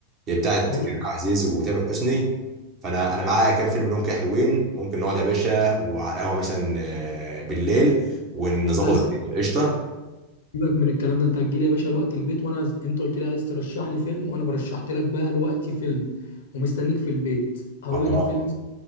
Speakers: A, on the right; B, on the left.
A: هي بتاعت
B: هقول
A: كريم
B: لك
A: عبد العزيز وتامر حسني فانا انا معايا كام فيلم لهم كده حلوين ممكن نقعد يا باشا وعلى القهوه مثلا آه، بالليل ونظبط
B: لا س-
A: الدنيا قشطه
B: سيبك من الكلام ده انت هتجي لي يا باشا الوقت البيت وانا عايز- انت قلت لي عايز ترشح لي فيلم وانا برشحت لك بقى الوقت فيلم ومستنيك في البيت
A: خلاص
B: هقول لك الفيلم اسمه